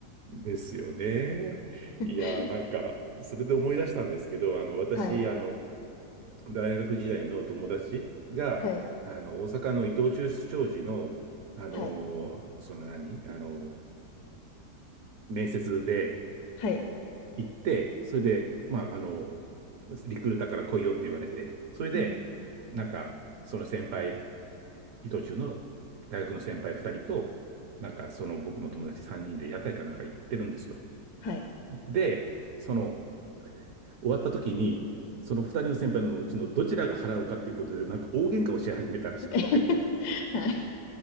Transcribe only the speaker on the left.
<laughs>
はい。
はい。
はい。
はい。
うん。
はい。
<laughs> はい。